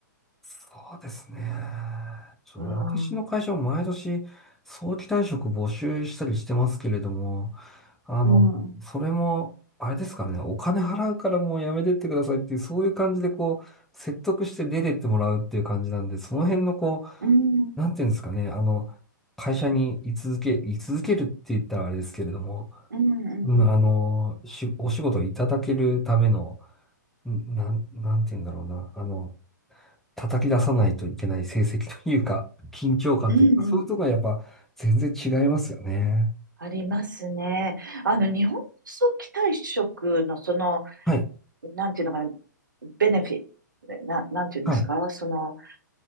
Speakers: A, in the centre; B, on the right.
A: そうですね。ちょ私の会社も毎年早期退職募集したりしてますけれども、
B: うん、うん、
A: あの、
B: うん、
A: それも、あれですからね、お金払うからもうやめてってくださいっていう、そういう感じでこう、説得して出てってもらうっていう感じなんで、その辺のこ
B: うん、
A: う、なんていうんですかね、あの、会社に居続け、居続けるって言ったらあれですけれども、
B: うん、
A: うん、あの、し、お仕事をいただけるための、んなん、なんて言うんだろうな。あの、叩き出さないといけない成績というか、緊張感というか、
B: うん、うん。
A: そういうところがやっぱ全然違いますよね。
B: ありますね。あの、日本早期退職のその、
A: はい、
B: なんていうのかな、ベネフィット、な、なんていうんですか、
A: はい、
B: その、